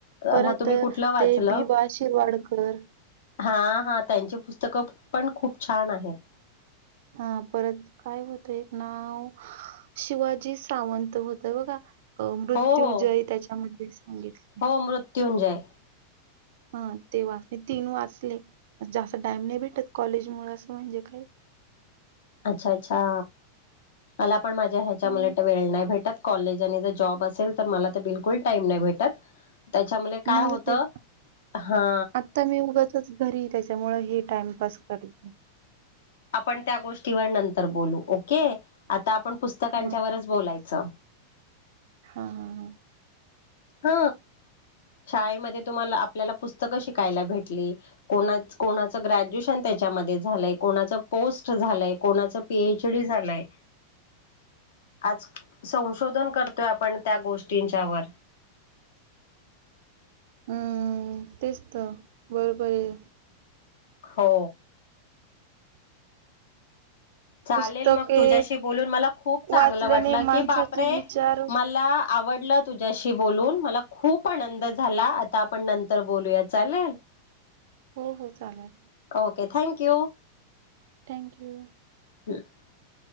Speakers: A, on the left; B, on the right.
A: मग
B: परत
A: तुम्ही कुठलं वाचलं?
B: ते बि. वा. शिरवाडकर.
A: हा हा त्यांची पुस्तकं पण खूप छान आहेत.
B: हा परत काय होतं एक नाव? शिवाजी सावंत होत बघा. अ मृत्यूजय
A: हो हो
B: त्याच्यामध्ये सांगितले
A: हो, मृत्यूंजय. <inaudible>
B: हा, ते वाच तीन वाचले जास्त टाइम नाही भेटत कॉलेज मूळ असं म्हणजे काय?
A: अच्छा, अच्छा मला- पण माझ्या ह्याच्यामुळे
B: हं,
A: ट वेळ नाय भेटत. कॉलेज आणि जर जॉब असेल तर मला बिलकुल टाईम नाय भेटत. त्याच्यामुले काय
B: माझं
A: होतं?
B: ते
A: हा
B: आता मी उगाचच घरी त्याच्यामुळे हे टाइमपास करते.
A: आपण त्या गोष्टीवर नंतर बोलू, ओके आता आपण पुस्तकांच्यावरच
B: हा
A: बोलायचं.
B: हा हा हा
A: ह शाळेमध्ये तुम्हाला आपल्याला पुस्तकं शिकायला भेटली. कोणा कोणाचं ग्रॅज्युएशन त्याच्यामध्ये झालंय. कोणाच पोस्ट झालंय. कोणाच पीएच डी झालंय. आज संशोधन करतोय आपण त्या गोष्टींच्यावर.
B: हम्म तेच त बरोबर आहे.
A: हो चालेल
B: पुस्तके
A: मग तुझ्याशी बोलून मला खूप चांगलं
B: वाचल्याने
A: वाटलं
B: माणसाचे
A: की बापरे!
B: विचार
A: मला आवडलं तुझ्याशी बोलून. मला खूप आनंद झाला. आता आपण नंतर बोलूया चालेल.
B: हो हो चालेल.
A: Okay thank you.
B: थँक्यू.
A: <unintelligible>